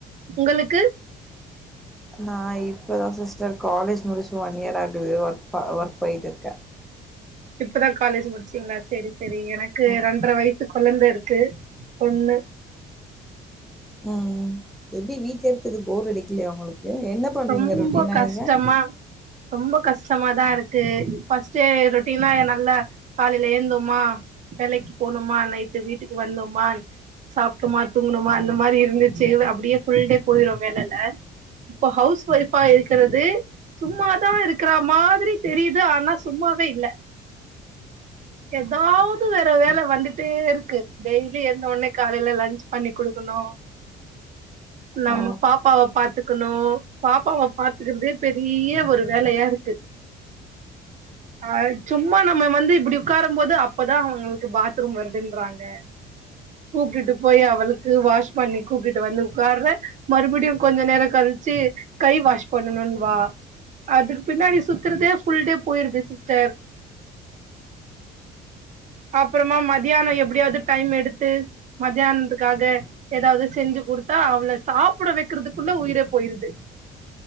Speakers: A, on the right; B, in the centre.
A: உங்களுக்கு
B: நா இப்பதா சிஸ்டர் காலேஜ் முடிச்சு ஒன் இயர் ஆகுது ஒர்க் ஒர்க் போயிட்ருக்கே
A: இப்பதா காலேஜ் முடிச்சிங்களா சேரி சேரி எனக்கு
B: ஆமா
A: ரெண்ர வயசு கொழந்த இருக்கு பொண்ணு
B: ம் எப்டி வீட்ல இருக்கரது போர் அடிக்கலைய உங்களுக்கு என்ன பண்ணுவீங்க
A: ரொம்ப
B: ரொட்டினா
A: கஷ்டமா
B: நீங்க
A: ரொம்ப கஷ்டமாதா இருக்கு ஃபஸ்ட்டு ரொட்டீனா நல்ல காலைல ஏந்தோமா வேலைக்கு போனோமா நைட்டு வீட்டுக்கு வந்தோமா சாப்ட்டோமா தூங்னோமா அந்த மாதிரி இருந்துச்சு அப்டியே ஃபுல் டே போயிரு வேலைல இப்ப ஹவுஸ் ஒய்பா இருக்கறது சும்மாதா இருக்கிற மாதிரி தெரியுது ஆனா சும்மாவே இல்ல ஏதாவது வேற வேல வந்துட்டேருக்கு டெய்லி எழ்ந்த உடனே காலைல லன்ச் பண்ணி குடுக்கணு நம்ம
B: ஆ
A: பாப்பாவ பாத்துக்கணு பாப்பாவ பாத்துக்கறதே பெரிய ஒரு வேலையாருக்கு அ சும்மா நம்ம வந்து இப்டி உக்காரும்போது அப்பதா அவங்களுக்கு வந்து பாத்ரூம் வருதுன்றாங்க கூப்ட்டுட்டு போய் அவளுக்கு வாஷ் பண்ணி கூப்ட்டு வந்து உக்கார்வே மறுபடியு கொஞ்ச நேரோ கழிச்சு கை வாஷ் பண்ணணுன்வா அதுக் பின்னாடி சுத்துறதே ஃபுல் டே போயிருது சிஸ்டர் அப்புறமா மத்யானோ எப்டியாவது டைம் எடுத்து மத்தியானத்துக்காது ஏதாவது செஞ்சு கொடுத்தா அவள சாப்ட வக்கிறதுக்குள்ள உயிரே போயிருது